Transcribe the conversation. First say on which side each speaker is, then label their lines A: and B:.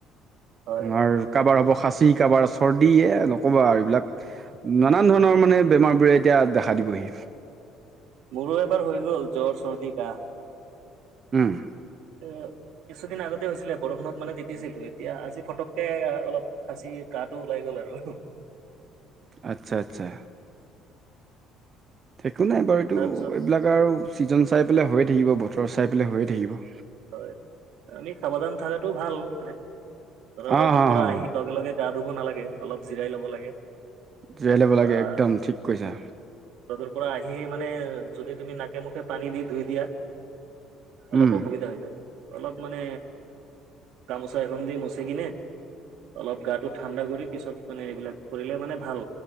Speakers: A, on the right; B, on the right.
A: হয়
B: আমাৰ কাবাৰ হ'ব খাচী, কাৰোবাৰ চৰ্দ ইয়ে নক'বা আৰু এইবিলাক, নানান ধৰণৰ মানে বেমাৰবোৰে এতিয়া দেখা দিবহি।
A: মোৰো এবাৰ হৈ গ'ল জ্বৰ চৰ্দি কাহ
B: উম।
A: <inaudible> কিছুদিন আগতে হৈছিলে, বৰষুণত মানে তিতিছিলোঁ। এতিয়া আজি ফটককে এ-অলপ খাচী-কাঁহটো ওলাই গ'ল। বাৰু হু।
B: আচ্ছা, আচ্ছা। একো নাই বাৰু। এইটো
A: তাৰপিছত
B: এইবিলাক আৰু ছিজন চাই পেলাই হৈয়ে থাকিব, বতৰ চাই পেলাই হৈয়ে থাকিব।
A: হয়। আমি সাৱধান থাকাটো ভাল মানে। ধৰা
B: অ',
A: ৰ'দৰ
B: অ',
A: পৰা
B: অ',
A: আহি লগে লগে গা ধুব নালাগে অলপ জিৰাই ল'ব লাগে।
B: জীয়াই ল'ব লাগে
A: অহ
B: একদম ঠিক কৈছা
A: ৰ'দৰ পৰা আহিয়ে মানে যদি। তুমি নাকে মুখে পানী দি ধুই দিয়া অলপ
B: উম,
A: অসুবিধা হৈ যায় অলপ। মানে গামোচা এখন দি মুচি কিনে। অলপ গাটো ঠাণ্ডা কৰি পিছত মানে এইবিলাক কৰিলে মানে ভাল